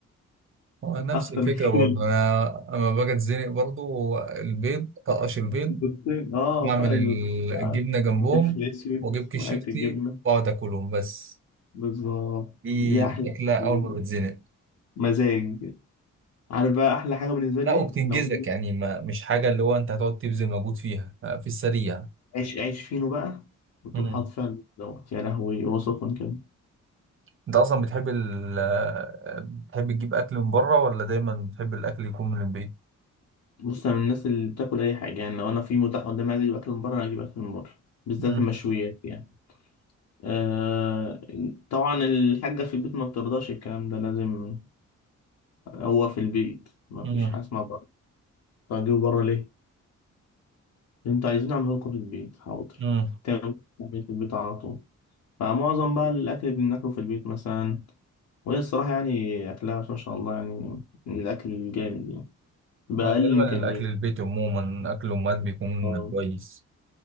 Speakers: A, on the right (about 40°); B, on the left (about 70°).
A: هو نفس
B: <laughs> اكتر
A: الفكره
B: من
A: برضه
B: كده
A: انا اما باجي اتزنق برضه البيض طقش البيض
B: بيضتين اه
A: واعمل
B: فقط
A: ال-
B: بيضتين بقى
A: الجبنه جنبهم
B: وفلفل اسود
A: واجيب كشيفتي
B: وحته جبنه
A: واقعد اكلهم بس
B: بالظبط
A: دي
B: دي
A: الاكله
B: احلى
A: اول
B: بالنسبة
A: ما بتزنق
B: لي. مزاج عارف بقى احلى حاجه بالنسبه لي
A: لا
B: ايه
A: وبتنجزك
B: لو
A: يعني ما مش حاجه اللي هو انت هتقعد تبذل مجهود فيها آه، في السريع
B: عيش عيش فينو بقى وتقوم
A: مم.
B: حاطط فيها البيض دوت يا لهوي وصفا كده
A: انت اصلا بتحب ال بتحب تجيب اكل من بره ولا دايما بتحب الاكل يكون من البيت
B: بص انا من الناس اللي بتاكل اي حاجه يعني لو انا في متاح قدامي عايز اجيب اكل من بره أنا اجيب اكل من بره بالذات
A: مم.
B: المشويات يعني آه طبعا الحاجه في البيت ما بترضاش الكلام ده لازم هو في البيت ما
A: مم.
B: فيش حاجه اسمها بره طب اجيبه بره ليه انتوا عايزين نعمله لكم في البيت حاضر
A: مم.
B: تعمل تعمل في البيت على طول فمعظم بقى الاكل اللي بناكله في البيت مثلا وهي الصراحه يعني اكلها بس ما شاء الله يعني من الاكل الجامد يعني. بأقل
A: هو غالبا
B: الإمكانيات
A: الاكل البيت عموما اكل امهات بيكون
B: اه
A: كويس